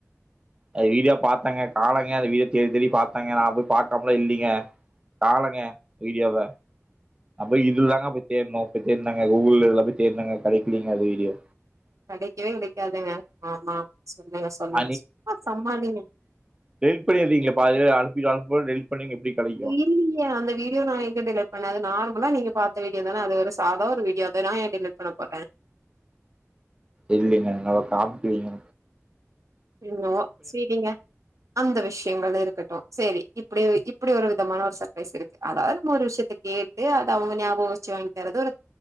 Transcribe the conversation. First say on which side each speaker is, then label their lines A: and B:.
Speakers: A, on the right (about 20°); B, on the right (about 75°).
A: அது வீடியோ பாத்தங்க காணங்க அந்த வீடியோ தேடி தேடி பாத்தங்க நா போய் பாக்காமலா இல்லிங்க காணங்க வீடியோவ நா போய் இதுல் தாங்க போய் தேட்னோ அப்ப தேட்னங்க கூகிள்லலா போய் தேட்னங்க கிடைக்கலீங்க அது வீடியோ
B: கெடைக்கவே கெடைக்காதுங்க ஆமா சொல்லுங்க சொல்லுங்க
A: <inaudible>
B: சும்மா சமாளிங்க
A: டெலிட் பண்ணிர்றீங்ளே பாதி வேர் அனுப்பிட் அனுப்பும் போது டெலீட் பண்ணீங்க எப்டி கெடை
B: இல்லீயே அந்த வீடியோ நா எ ங்க டெலிட் பண்ண அது நார்மலா நீங்க பாத்த வீடியோதான அது ஒரு சாதா ஒரு வீடியோதா நா ஏ டெலிட் பண்ண போறே
A: இல்லைங்க அதனால காம்க்லீங்க
B: இன்னு சேரிங்க அந்த விஷயங்கள் இருக்கட்டு சேரி இப்டி இப்டி ஒரு விதமான ஒரு சர்ப்ரைஸ் இருக்கு அதாவது நம்ம ஒரு விஷயத்த கே ட்டு அது அவுங்க ஞாபக வச்சு வாங்கி தரது ஒரு